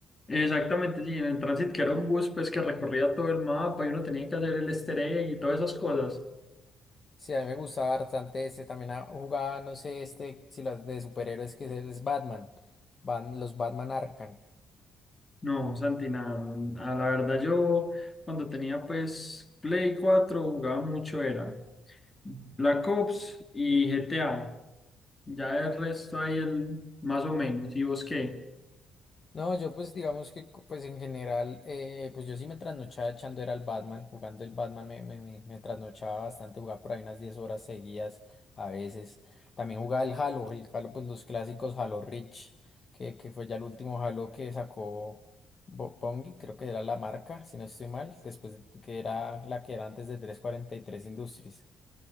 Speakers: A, on the left; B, on the left.
A: Exactamente, sí, en el Transit que era un bus pues que recorría todo el mapa y uno tenía que hacer el easter egg y todas esas cosas.
B: Sí, a mí me gustaba bastante este, también ah, jugaba, no sé, este, si las de superhéroes que es es Batman, Bat- los Batman Arkham.
A: No, Santi, nada, mm, a la verdad yo cuando tenía pues Play 4 jugaba mucho era Black Ops y GTA. Ya el resto ahí el más o menos. ¿Y vos qué?
B: No, yo pues digamos que co- pues en general, eh, pues yo sí me trasnochaba echando era el Batman, jugando el Batman me, me, me, me trasnochaba bastante, jugaba por ahí unas 10 horas seguidas a veces. También jugaba el Halo, el Halo pues los clásicos Halo Reach, que, que fue ya el último Halo que sacó Bo- Bungie, creo que era la marca, si no estoy mal, después de- que era la que era antes de trescientos cuarenta y tres Industries.